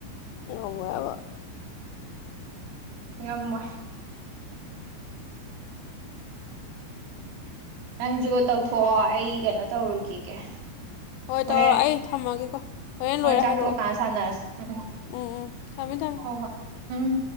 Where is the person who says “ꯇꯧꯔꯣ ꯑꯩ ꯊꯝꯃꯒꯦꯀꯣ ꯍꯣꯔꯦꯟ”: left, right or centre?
Left